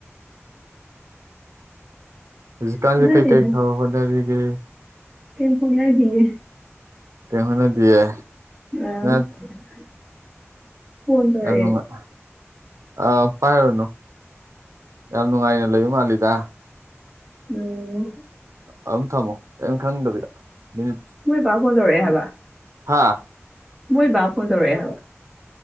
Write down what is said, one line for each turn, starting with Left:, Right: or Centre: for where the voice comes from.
Right: ꯍꯨꯖꯤꯛꯀꯥꯟꯖꯦ
Centre: ꯈꯦꯠꯅꯗꯦꯗ
Right: ꯀꯩ ꯀꯩ ꯊꯕꯛ ꯍꯣꯠꯅꯔꯤꯒꯦ?
Centre: ꯀꯩꯝ ꯍꯣꯠꯅꯗꯤꯌꯦ꯫
Right: ꯀꯩꯝ ꯍꯣꯠꯅꯗꯤꯌꯦ?
Centre: <unintelligible>
Right: ꯅꯪ
Centre: ꯐꯣꯟ ꯇꯧꯔꯛꯑꯦ
Right: ꯌꯥꯝ ꯅꯨꯡꯉꯥꯏ ꯑꯥ ꯄꯥꯏꯔꯨꯔꯅꯨ ꯌꯥꯝ ꯅꯨꯡꯉꯥꯏꯅ ꯂꯩꯕ ꯃꯥꯜꯂꯤꯗ꯫
Centre: ꯎꯝ
Right: ꯑꯗꯨꯝ ꯊꯝꯃꯣ ꯀꯩꯝ ꯈꯪꯗꯕꯤꯗ ꯃꯤꯅꯤꯠ
Centre: ꯃꯣꯏ ꯕꯥ ꯐꯣꯟ ꯇꯧꯔꯛꯑꯦ
Right: ꯄꯨꯡ
Centre: ꯍꯥꯏꯕ
Right: ꯍꯥ
Centre: ꯃꯣꯏ ꯕꯥ ꯐꯣꯟ ꯇꯧꯔꯛꯑꯦ ꯍꯥꯏꯕ꯫